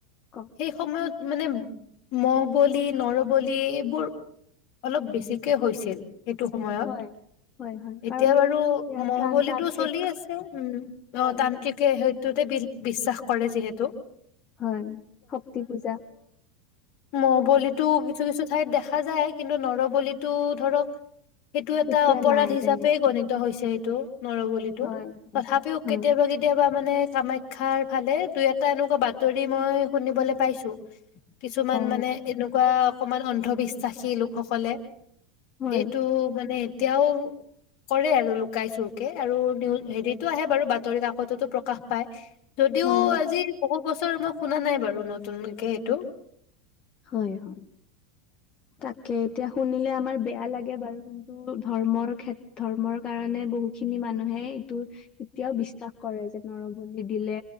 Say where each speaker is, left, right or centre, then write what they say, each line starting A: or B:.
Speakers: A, on the left; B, on the left.
A: কওক
B: সেই সময়ত। মানে মহ বলি নৰবলি এইবোৰ অলপ বেছিকে হৈছিল। সেইটো সময়ত
A: হয় হয় হয়
B: এতিয়া
A: কাৰণ
B: বাৰু
A: ইয়াত
B: মহবলীটো
A: ত্ৰাণ তান্ত্ৰিক
B: চলি আছে উ'ম
A: হয়
B: অ' তান্ত্ৰিক
A: হয়
B: সেইটোতে বিশ্বাস কৰে যিহেতু।
A: হয় শক্তি পূজা।
B: মহবলিতো কিছু কিছু ঠাইত দেখা যায় কিন্তু নৰবলিটো ধৰক সেইটো এটা
A: এতিয়া
B: অপৰাধ
A: নাই
B: হিচাপে
A: তেনেকে
B: গণিত হৈছে। ত' নৰবলিটো
A: হয় হয়
B: তথাপিও
A: হয়
B: কেতিয়াবা কে মানে কামাখ্যাৰ ফালে তই এটা এনেকুৱা বাতৰি মই শুনিবলৈ পাইছো। কিছুমান
A: অ
B: মানে এনেকুৱা অকমান অন্ধবিশ্বাসী লোকসকলে।
A: হয়
B: এইটো মানে এতিয়াও কৰে আৰু লুকাই চুৰকে আৰু নিউজ হেৰিটো আহে বাৰু বাতৰি কাকত কতটো প্ৰকাশ পায়। যদিও
A: হয়
B: আজি বহুত বছৰ মই শুনা নাই বাৰু নতুনকে এইটো।
A: হয়, হয় তাকে এতিয়া শুনিলে আমাৰ বেয়া লাগে। বাৰু কিন্তু ধৰ্মৰ কেত ধৰ্মৰ কাৰণে বহুখিনি মানুহে এইটো এতিয়াও বিশ্বাস কৰে যে নৰবলি দিলে।